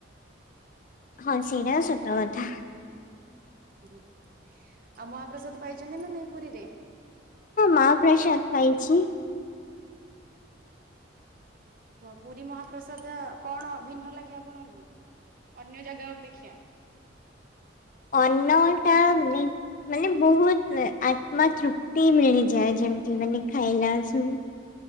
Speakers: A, on the left; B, on the right.
A: ହଁ ସେଇଟାତ ସତ କଥା।
B: ହୁଁ ଆଉ ମହାପ୍ରସାଦ ପାଇ ଚନ୍ତି ନାଁ ନାଇଁ ପୁରୀରେ?
A: ମାହାପ୍ରସାଦ ପାଇଚି।
B: ପୁରୀ ମହାପ୍ରସାଦ କଣ ଭିନ୍ନ ଲାଗେ ଆପଣଙ୍କୁ ଅନ୍ୟ ଜାଗା ଅପେକ୍ଷା।
A: ଅନ୍ନ ଟାମି ମାନେ ବହୁତ୍ ଆତ୍ମା ତୃପ୍ତି ମିଳିଯାଏ ଯେମତି ମାନେ ଖାଇଲା ସୁ